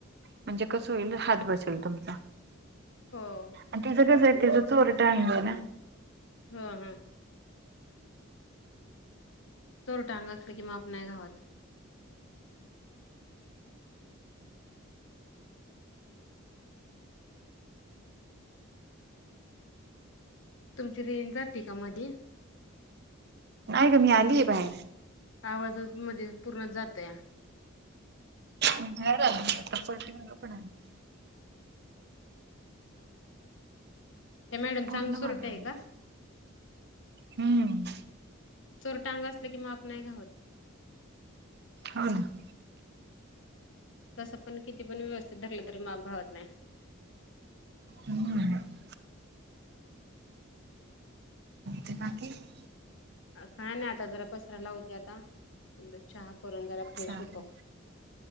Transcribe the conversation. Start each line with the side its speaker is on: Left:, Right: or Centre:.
Right: म्हणजे कस होईल हात बसेल तुमचा.
Left: हो?
Right: आणि तिचं कसं आहे तिचं चोर <unintelligible> टात ये ना.
Left: हा हा. चोर टांग असल की मग आपण नाही घावत. तुमची रेंज जाते का मध्ये?
Right: नाही ग मी आलीये बाहेर.
Left: आवाजच मध्येच पूर्ण जात या.
Right: मी बाहेर आल कपटिं कपड आली <unintelligible>
Left: ते मॅडम
Right: पूर्ण
Left: चांग सुरटे
Right: मागे आली.
Left: आहे का?
Right: हम्म.
Left: चोरट अंग असलं की माप नाही घावत
Right: हो ना <unintelligible>
Left: तसं पण किती पण व्यवस्थित धरलं तरी माप घावत नाही.
Right: हम्म. <unintelligible> ते बाकी <unintelligible>
Left: काय ना आता जरा पसरायला होते आता चहा करून जरा
Right: चालेल.
Left: फ्रेश होतो.